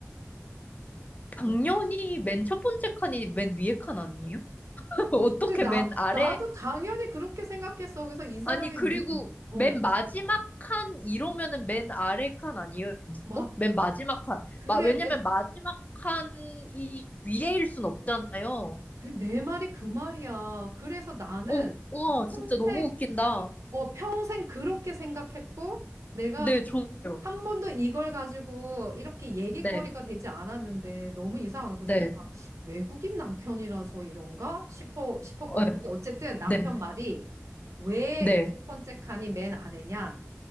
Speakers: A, on the left (about 30°); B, on the right (about 75°).
A: 당연히
B: 응?
A: 맨 첫 번째 칸이 맨 위에 칸 아니에요? <laughs> 어떻게
B: 그래, 나,
A: 맨 아래?
B: 나도 당연히 그렇게 생각했어. 그래서 이 사람이,
A: 아니, 그리고
B: 누- 어,
A: 맨 마지막 칸 이러면은 맨 아래 칸 아니에요?
B: 막,
A: 어? 맨 마지막 칸.
B: 그래,
A: 마, 왜냐면
B: 내,
A: 마지막 칸이 위에일 순 없잖아요.
B: 그, 내 말이 그 말이야. 그래서 나는
A: 오, 우와, 진짜
B: 평생,
A: 너무 웃긴다.
B: 어, 평생 그렇게 생각했고, 내가
A: 네, 좋네요.
B: 한 번도 이걸 가지고 이렇게 얘기거리가
A: 네,
B: 되지 않았는데 너무 이상하고 그래서
A: 네,
B: 내가 외국인 남편이라서 이런가 싶어 싶었거든.
A: 어,
B: 근데 어쨌든 남편
A: 네,
B: 말이 왜
A: 네,
B: 첫 번째 칸이 맨 아래냐?